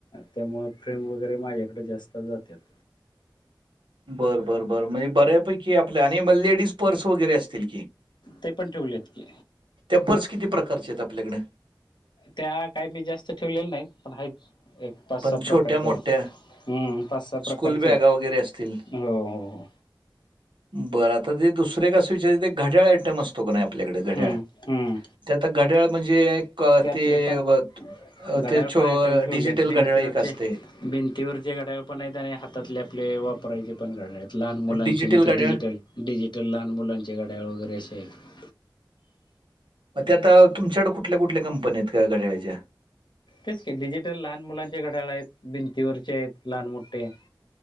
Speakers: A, on the left; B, on the right.
A: त्यामुळं... फ्रेम वगैरे... माझ्याकडे जास्त जात्यात.
B: बरं बरं बरं... म्हणजे बऱ्यापैकी आपल्या... आणि मग... लेडीज पर्स वगैरे असतील की?
A: ते पण ठेवलेत की
B: त्या पर्स किती प्रकारचे हायेत आपल्याकडं?
A: त्या... काही मी जास्त ठेवलेल्या नाहीत... पण हायेत... एक पाच
B: पण
A: सहा प्रकारचे
B: छोट्या मोठ्या
A: हायेत. हम्म... पाच सहा... प्रकारचे
B: स्कूल बॅगा
A: हायेत...
B: वगैरे असतील
A: हो हो हो.
B: बरं... आता ते दुसरे एक असं विचारायचं... घड्याळ आयटम असतो का नाई आपल्याकडं... घड्याळ?
A: हम्म हम्म
B: ते आता घड्याळ म्हणजे... एक...
A: त्यातले
B: ते...
A: पण
B: अं...
A: घड्याळ
B: ते... छो...
A: पण आयटम
B: अं...
A: ठेवले
B: डिजिट
A: आहेत
B: टल
A: भिंतीवरचे
B: घड्याळ एक असतय
A: भिंतीवरचे घड्याळ पण येत त्या आणि हातातले आपले वापरायचे पण घड्याळ येत लहान मुलांचे
B: डिजिटल
A: म
B: घड्याळ
A: ते डिजिटल डिजिटल लहान मुलांचे घड्याळ वगैरे असे येत
B: म ते आता तुमकड कुठल्या कुठल्या कंपन्या येत हया घड्याळाच्या
A: हेच की डिजिटल लहान मुलांचे घड्याळ आयेत भिंतीवरचे आयेत लहान मोठे